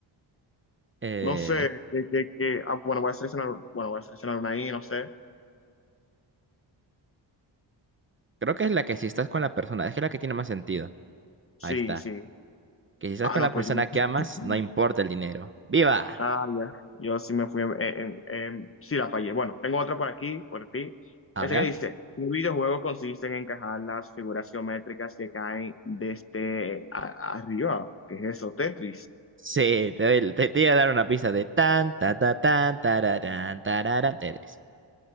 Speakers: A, on the right; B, on the left.
A: Eh,
B: No sé. Que, que, que- ah, bueno, voy a seleccionar. Bueno, voy a seleccionar una ahí, no sé.
A: creo que es la que si estás con la persona, es que es la que tiene más sentido.
B: Sí,
A: Ahí está.
B: sí.
A: Que si estás
B: Ah,
A: con
B: no,
A: la persona
B: pues yo.
A: que
B: <laughs>
A: amas, no importa el dinero. ¡Viva!
B: Ah, ya. Yo sí me fui en, en- en- sí la fallé. Bueno, tengo otra por aquí, por ti.
A: A
B: Ese
A: ver.
B: que dice, un videojuego consiste en encajar las figuras geométricas que caen desde a- arriba. ¿Qué es eso? Tetris.
A: Sí, te, doy- te, te iba a dar una pista de tan, ta, ta, tan, tararán, tararán, Tetris.